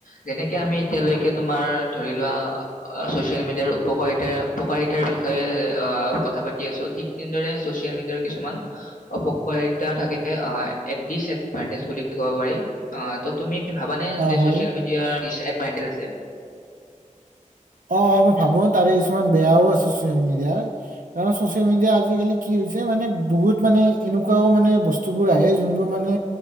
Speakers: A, on the left; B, on the right.
A: যেনেকে আমি এতিয়ালৈকে তোমাৰ ধৰি লোৱা ছ'চিয়েল মিডিয়াৰ উপকাৰিতা, উপকাৰিতাৰ বিষয়ে আহ কথা পাতি আছোঁ, ঠিক তেনেদৰে ছ'চিয়েল মিডিয়াৰ কিছুমান অপ <unintelligible> থাকে আ দীচএডভানতেজ বুলি ক'ব পাৰি, অ তুমি তুমি ভাবানে
B: অ
A: যে
B: হয়
A: ছ'চিয়েল মিডিয়াৰ দীচএডভা কাইন্তেদ আছে।
B: অ', অ', মই ভাবোন। তাৰে কিছুমান বেয়াও আছে ছ'চিয়েল মিডিয়াৰ, কাৰণ ছ'চিয়েল মিডিয়া আজিকালি কি হৈছে, মানে বহুত মানে এনেকুৱাও মানে বস্তুবোৰ আহে যোনবোৰ মানে